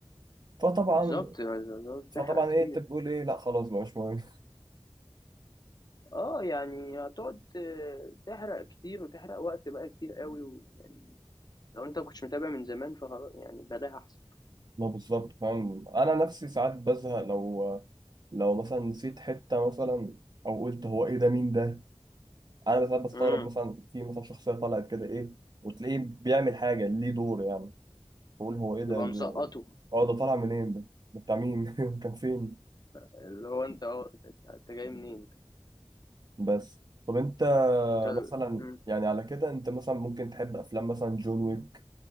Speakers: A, on the right; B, on the left.
A: فطبعا
B: بالظبط بالظبط،
A: فطبعا
B: تحرق كتير
A: ايه انت بتقول ايه لا خلاص بقى مش مهم
B: اه يعني هتقعد آه، تحرق كتير وتحرق وقت بقى كتير قوي ويعني لو انت كنتش متابع من زمان فخلاص يعني بلاها احسن
A: ما بالظبط فاهم انا نفسي ساعات بزهق لو لو مثلا نسيت حته مثلا او قلت هو ايه ده مين ده انا ساعات بستغرب
B: مم.
A: مثلا في مثلا شخصيه طلعت كده ايه وتلاقيه بيعمل حاجه ليه دور يعني بقول هو ايه ده
B: تبقى مسقطه
A: اه ده طالع منين ده ده بتاع مين <laughs> كان فين
B: اللي هو انت اه انت أنت جاي منين انت
A: بس طب انت
B: طب-
A: مثلا
B: مم.
A: يعني على كده انت مثلا ممكن تحب افلام مثلا جون ويك